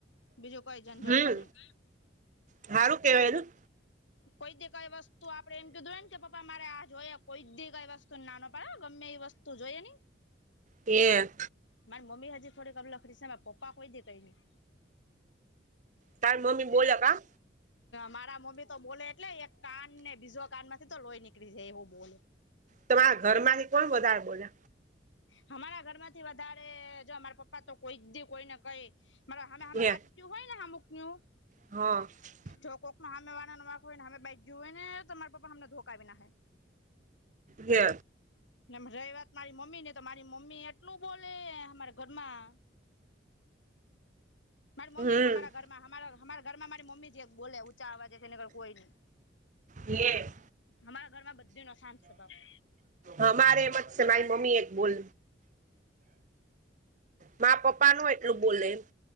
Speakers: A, on the left; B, on the right.
A: બીજું કોઈ ઝંઝટટ
B: હમ
A: નહી.
B: હારું કેવાયું.
A: કોઈ દે કઈ વસ્તુ આપણે એમ કીધુંને કે પપા. તમારે આ જોઈએ કોઈ કઈ વસ્તુ નાનો પડે ગમે એવી વસ્તુ જોઈએ ને.
B: એ
A: મારી મમ્મી હજી થોડી કબલખડી સે, માયે પપ્પા કોઈ દી કઈ ની
B: તાર મમ્મી બોલ કા?
A: મારા મમ્મી તો બોલે એટલે એક કાન ને બીઝો કાનમાંથી તો લોઈ નીકળી જાય એવું બોલે.
B: તમારા ઘર માંથી કોણ વધારે બોલે?
A: હમારા ઘર માંથી વધારે જો અમારે પપ્પા તો કોઈ દી કોઈને કહી મારે હામે હામે
B: હે
A: બાત તું હોય ને હમુક નુ.
B: હ
A: જો કોકમાં હામે વારા નો વાંક હોય ને હામે બેઠ ગ્યુ હોય ને ત માય પપા એમને ધોકાવી નાક હે.
B: હે
A: નેમ રહી વાત મારી મમ્મી ની તો મારી મમ્મી એટલું બોલે હમારા ઘરમાં. માળી
B: હમ
A: મમ્મી જ હમારા ઘરમાં હમારા હમારા ઘરમાં મારી મમ્મી જ એક બોલે ઊંચા અવાજે છેને ઘર કોઈ ની.
B: યસ
A: હમારા ઘરમાં બધીનો શાત સ્વભાવ.
B: હમારે મત્સ માયી મમ્મી એક બોલ માય પપ્પા ન એટલું બોલે.